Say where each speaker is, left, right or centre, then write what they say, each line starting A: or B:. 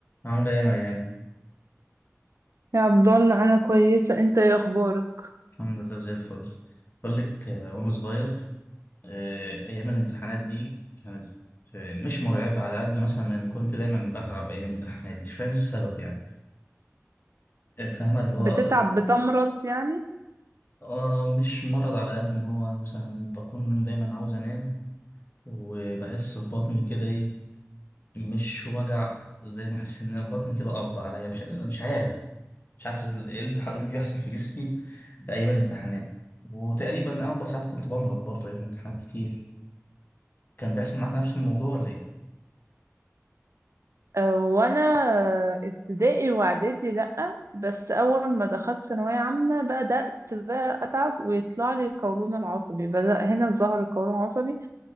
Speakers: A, on the left; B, on the right.
A: عاملة ايه يا مريان؟
B: يا عبد الله انا كويسه انت ايه اخبارك
A: الحمد لله زي الفل بقول لك آه، وانا صغير آه، ايام الامتحانات دي كانت آه، مش مرعبة على قد مثلا ان كنت دايما بتعب ايام الامتحانات مش فاهم إيه السبب يعني آه، فاهمة اللي هو
B: بتتعب بتمرض يعني
A: اه مش مرض على قد ما هو مثلا بكون دايما عاوز انام وبحس ببطني كده ايه مش وجع زي ما احس ان بطني كده قبض عليا مش مش عارف مش عارف ال- ايه التحول اللي بيحصل في جسمي ايام الامتحانات وتقريبا اغلب ساعات كنت بمرض برضه ايام الامتحانات كتير كان بيحصل معاك نفس الموضوع ولا ايه
B: أه وانا ابتدائي واعدادي لا بس اول ما دخلت ثانويه عامه بدات بقى اتعب ويطلع لي قولون العصبي بدا هنا ظهر القولون العصبي